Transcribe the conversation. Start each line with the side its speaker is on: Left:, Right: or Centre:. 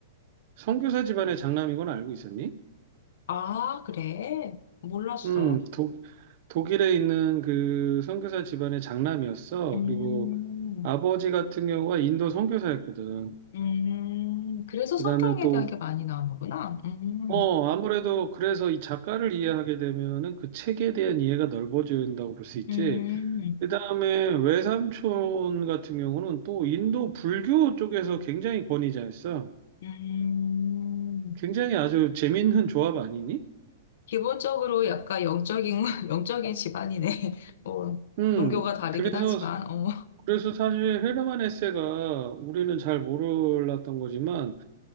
Right: 선교사 집안의 장남인 건 알고 있었니?
Left: 아, 그래? 몰랐어.
Right: 음, 독, 독일에 있는 그 선교사 집안의 장남이었어.
Left: 음,
Right: 그리고 아버지 같은 경우가 인도 선교사였거든.
Left: 음, 그래서
Right: 그다음에
Left: 성경에
Right: 또
Left: 대한 게 많이 나오는구나. 음,
Right: 어, 아무래도 그래서 이 작가를 이해하게 되면은 그 책에 대한 이해가 넓어진다고 볼 수 있지.
Left: 음,
Right: 그다음에 외삼촌 같은 경우는 또 인도 불교 쪽에서 굉장히 권위자였어.
Left: 음.
Right: 굉장히 아주 재밌는 조합 아니니?
Left: 기본적으로 약간 영적인, <laughs> 영적인 집안이네. 어,
Right: 음.
Left: 종교가 다르긴
Right: 그래서
Left: 하지만, 어.
Right: 그래서 사실 헤르만 헤세가 우리는 잘 몰랐던 거지만